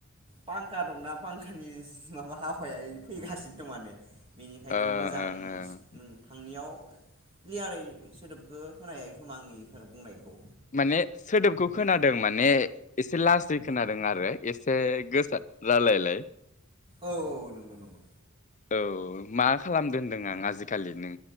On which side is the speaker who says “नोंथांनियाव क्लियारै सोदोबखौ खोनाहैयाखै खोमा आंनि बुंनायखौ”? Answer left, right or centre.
Right